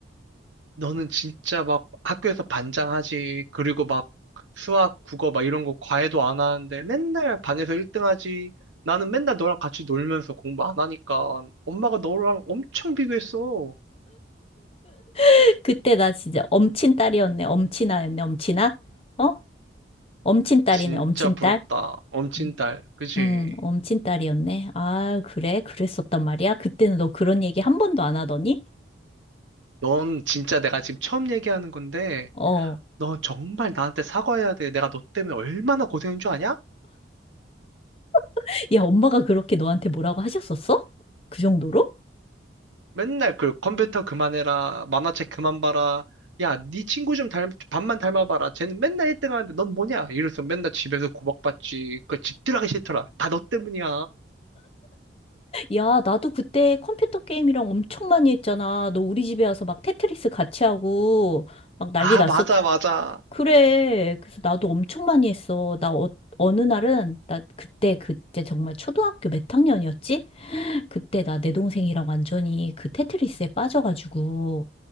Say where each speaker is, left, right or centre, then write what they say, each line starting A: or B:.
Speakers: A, on the right; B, on the left.
A: 너는 진짜 막 학교에서 반장하지, 그리고 막 수학, 국어 막 이런 거 과외도 안 하는데 맨날 반에서 1등 하지. 나는 맨날 너랑 같이 놀면서 공부 안 하니까 엄마가 너랑 엄청 비교했어.
B: <laughs> 그때 나 진짜 엄친 딸이었네, 엄친아였네, 엄친아? 어? 엄친 딸이네,
A: 진짜
B: 엄친
A: 부럽다.
B: 딸?
A: 엄친딸.
B: 음,
A: 그지?
B: 음, 엄친 딸이었네. 아, 그래? 그랬었단 말이야? 그때는 너 그런 얘기 한 번도 안 하더니?
A: 넌 진짜 내가 지금 처음 얘기하는 건데,
B: 어.
A: 너 정말 나한테 사과해야 돼. 내가 너 때문에 얼마나 고생인 줄 아냐?
B: <laughs> 야, 엄마가 그렇게 너한테 뭐라고 하셨었어? 그 정도로?
A: 맨날 그 컴퓨터 그만해라, 만화책 그만 봐라, 야, 네 친구 좀 닮, 반만 닮아봐라. 쟤는 맨날 1등 하는데 넌 뭐냐? 이래서 맨날 집에서 구박받지. 그 집 들어가기 싫더라. 다 너 때문이야.
B: 야, 나도 그때 컴퓨터 게임이랑 엄청 많이 했잖아. 너 우리 집에 와서 막 테트리스 같이 하고 막 난리
A: 아,
B: 났었죠.
A: 맞아, 맞아.
B: 그래. 그래서 나도 엄청 많이 했어. 나 어, 어느 날은 나 그때 그때 정말 초등학교 몇 학년이었지? <gasps> 그때 나 내 동생이랑 완전히 그 테트리스에 빠져가지고